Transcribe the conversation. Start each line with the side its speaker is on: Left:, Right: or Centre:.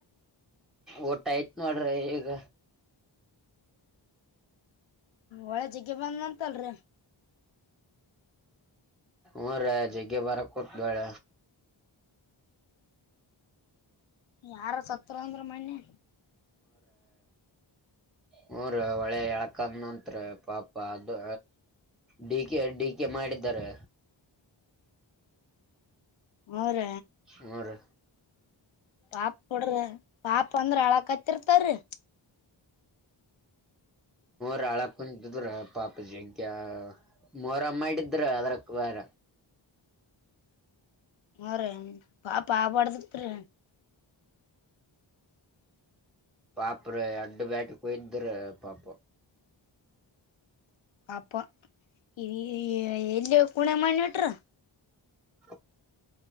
Centre: ಊಟ ಆಯತ್ ಮಾಡ್ರಿ ಈಗ
Left: ಒಳ್ಳೆ ಜಗ್ಗೆ ಬಂದಂತಲ್ರಿ
Centre: ಹ ಜಗೆ ಬರ ಕೊತ್ ಬೆಳ
Left: ಯಾರ ಸತ್ರ ಅಂದ್ರ ಮನ್ನಿ
Centre: ಮೂರು ಒಳೆ ಎಳ ಕಂದತ್ತ್ರ ಪಾಪ ಅದು ಡಿ ಕೆ ಡಿ ಕೆ ಮಾಡಿದರೆ
Left: ಅವರ
Centre: ಹ್ಮ ರೀ
Left: ಪಾಪ ಕೊಡ್ರ ಪಾಪ ಅಂದ್ರ ಹಳಕ್ ಹತ್ತಿರ್ತಾರಿ
Centre: ರಳ ಕುಂಜ ದರ ಪಾಪ ಜಗ ಮೊರಮ್ಮ ಮಾಡಿದ್ರ ಅದ್ರಕ್ ಬಾರ
Left: ಹ ರೀ ಪಾಪಾ ಬಡ್ದತ್ೀ
Centre: ಪಾಪ ರ ಅಡ್ಡು ಬ್ಯಾಟ ಕೊಯ್ದ್ರ ಪಾಪ
Left: ಪಾಪ ಈ ಎಲ್ಲಿಯ ಕುಣೆ ಮಣ್ಣಿಟ್ರ
Centre: ಹ